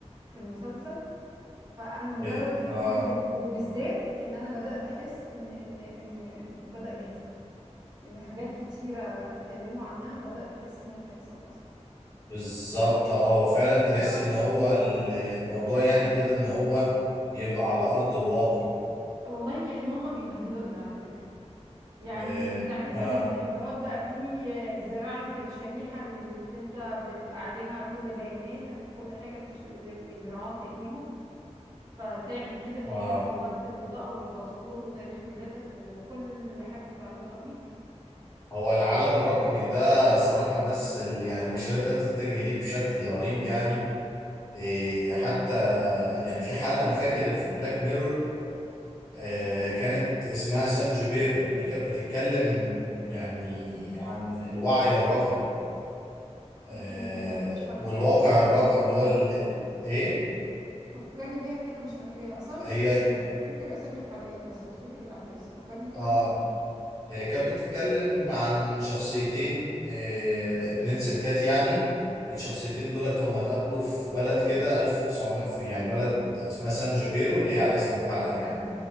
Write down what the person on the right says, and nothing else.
في المسلسل فانا مجرد
فكرة
ان وبالذات ان انا بدأت احس ان ان ان بدأ يحصل يعني حاجات كتيرة اتكلموا عنها بدأت احس ان هي بتحصل اصلا
يعني بالظبط
والله كأن هم بيمهدونا على فكرة يعني
انت عارف
ان في الامارات بقى في زراعة الشريحة اللي بت... انت بتبقى عليها كل بياناتك وكل حاجة بتش... بت... بيزرعوها في ايديهم فتعمل كده كأنك
طلعت البطاقة والباسبور وتاريخ ميلادك وكل حاجة متعلقة بيك
ايه دي لا، مش فاكراها
فكرني
بيها
كده
فكرني بيها كده مش فاكراها اصلا مش
مش مش بفتكر اسامي الحلقات بس بفتكر الاحداث فكرني كده
وافتكر